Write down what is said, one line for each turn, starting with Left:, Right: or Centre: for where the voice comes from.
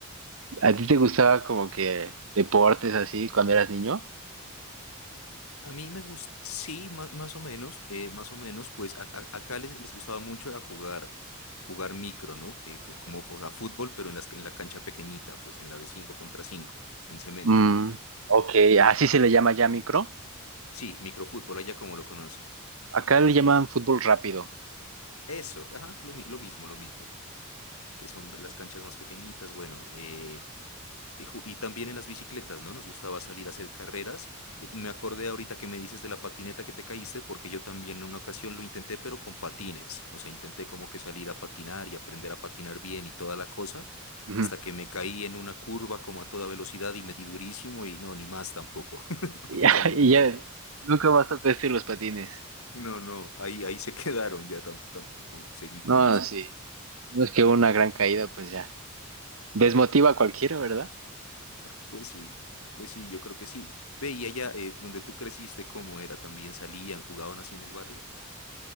Right: ¿A ti te gustaba como que deportes así cuando eras niño?
Left: A mí me gusta, sí, más más, o menos, eh, más o menos, pues a- a- acá les, les gustaba mucho era jugar, jugar micro, ¿no? Que co- como, o sea, fútbol, pero en las- en la cancha pequeñita, pues en la de 5 contra 5 en cemento.
Right: Mm, ok, así se le llama ya micro.
Left: Sí, microfútbol, allá como lo conocen.
Right: Acá le llaman fútbol rápido.
Left: Eso, ajá, lo, mi- lo mismo, lo mismo, que son las canchas más pequeñitas, bueno, eh, Y ju- y también en las bicicletas, ¿no? Nos gustaba salir a hacer carreras. Eh, Me acordé ahorita que me dices de la patineta que te caíste, porque yo también en una ocasión lo intenté, pero con patines. O sea, intenté como que salir a patinar y aprender a patinar bien y toda la cosa,
Right: Ujú.
Left: hasta
Right: <laughs>
Left: que me caí en una curva como a toda velocidad y me di durísimo y no, ni más tampoco. <laughs>
Right: Y
Left: Voy
Right: ya,
Left: a salir
Right: y
Left: en eso.
Right: ya nunca más tocaste los patines.
Left: No, no, ahí, ahí se <laughs> quedaron, ya tam- tampoco seguí
Right: No,
Left: con eso.
Right: sí. No es que una gran caída, pues ya. Desmotiva a cualquiera, ¿verdad?
Left: Pues sí, pues sí, yo creo que sí. Ve, y allá eh, donde tú creciste, ¿cómo era? ¿También salían, jugaban así en el barrio?